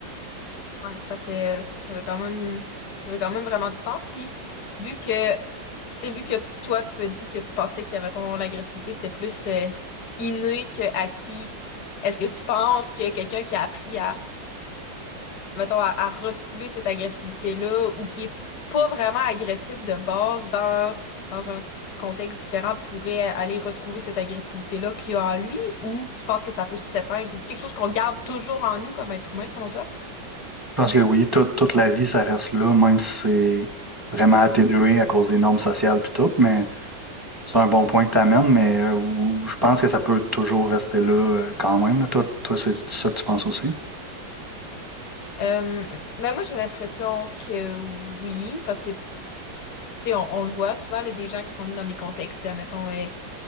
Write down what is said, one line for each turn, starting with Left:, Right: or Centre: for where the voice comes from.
Left: là. Ouais, ça fait, ça fait quand même, ça fait quand même vraiment du sens. Puis, vu que, tu sais, vu que toi, tu me dis que tu pensais qu'il y avait ton l'agressivité, c'était plus euh, inné que acquis, est-ce que tu penses que quelqu'un qui a appris à mettons, à, à refouler cette agressivité-là ou qui est pas vraiment agressif de base dans, dans un contexte différent pourrait aller retrouver cette agressivité-là qu'il y a en lui ou tu penses que ça peut s'éteindre? C'est-tu quelque chose qu'on garde toujours en nous comme être humain selon toi?
Right: Je pense que oui, tout- toute la vie, ça reste là, même si c'est vraiment atténué à cause des normes sociales puis tout, mais c'est un bon point que tu amènes, mais euh, où- je pense que ça peut toujours rester là euh, quand même. là. Toi, toi, c'est ça que tu penses aussi.
Left: Euh, ben moi j'ai l'impression que oui, parce que tu sais, on, on le voit souvent là, des gens qui sont mis dans des contextes, de, mettons, euh,